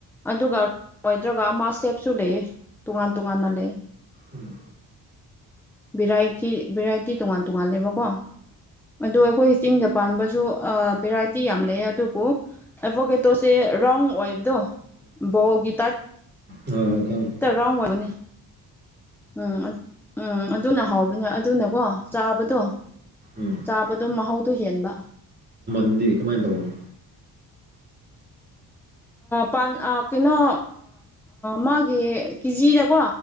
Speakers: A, in the centre; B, on the right (about 25°).
A: ꯑꯗꯨꯒ ꯂꯣꯏꯗ꯭ꯔꯒ ꯑꯃ ꯁꯦꯞꯁꯨ ꯂꯩꯌꯦ ꯇꯣꯉꯥꯟ ꯇꯣꯉꯥꯟꯅ ꯂꯩꯌꯦ
B: ꯎꯝ
A: ꯚꯦꯔꯥꯏꯇꯤ ꯚꯦꯔꯥꯏꯇꯤ ꯇꯣꯉꯥꯟ ꯇꯣꯉꯥꯟꯂꯦꯕꯀꯣ ꯑꯗꯣ ꯑꯩꯈꯣꯏ ꯆꯤꯡꯗ ꯄꯥꯟꯕꯁꯨ ꯚꯦꯔꯥꯏꯇꯤ ꯌꯥꯝ ꯂꯩꯌꯦ ꯑꯗꯨꯕꯨ ꯑꯦ ꯕꯣ ꯀꯦꯇꯣ ꯁꯦ ꯔꯣꯟ ꯑꯣꯏꯕꯗꯣ ꯕꯣꯜꯒꯤ ꯇꯥꯞ
B: ꯍꯣꯏ ꯍꯣꯏ <unintelligible>
A: <unintelligible> ꯔꯥꯎꯟ ꯑꯣꯏꯕꯅꯤ ꯎꯝ ꯎꯝ ꯑꯗꯨꯅ ꯍꯥꯎꯕꯅꯤ ꯑꯗꯨꯅꯀꯣ ꯆꯥꯕꯗꯣ
B: ꯎꯝ
A: ꯆꯥꯕꯗꯣ ꯃꯍꯥꯎꯗꯣ ꯍꯦꯟꯕ
B: ꯅꯪꯗꯤ ꯀꯃꯥꯏꯅ ꯇꯧꯕꯅꯣ
A: ꯄꯥꯟ ꯀꯩꯅꯣ ꯃꯥꯒꯤ ꯀꯦꯖꯤꯗꯀꯣ